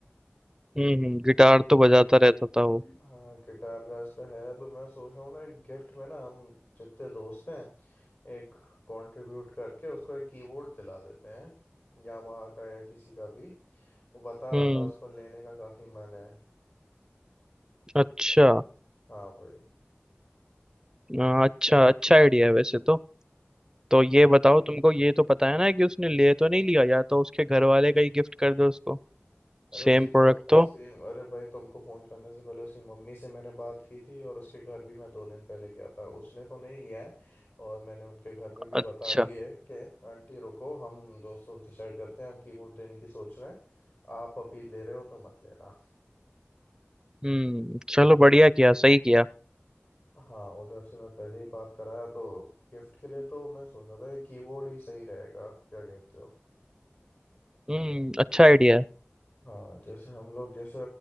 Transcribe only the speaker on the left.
हाँ गिटार का इसका है तो मैं सोच रहा हूँ ना एक गिफ्ट में ना हम जितने दोस्त हैं एक कंट्रीब्यूट करके उसको एक कीबोर्ड दिला देते हैं यामाहा का या किसी का भी वो बता रहा
था उसको लेने का काफी मन है
हाँ भाई
अरे उसकी
मो-
इससे अरे भाई तुमको फोन करने से पहले उसकी मम्मी से मैंने बात की थी और उसके घर भी मैं दो दिन पहले गया था उसने तो नहीं लिया है और मैंने उनके घर में भी
बता दिए कि आंटी रुको हम दोस्त दोस्त डिसाइड करते हैं हम कीमोड देने की सोच रहे हैं आप अभी ले रहे हो तो मत लेना
हाँ उधर से मैं पहले ही बात कराया तो गिफ्ट के लिए तो मैं सोच रहा था ये कीबोर्ड ही सही रहेगा क्या कहते हो
हाँ जैसे हम लोग जैसे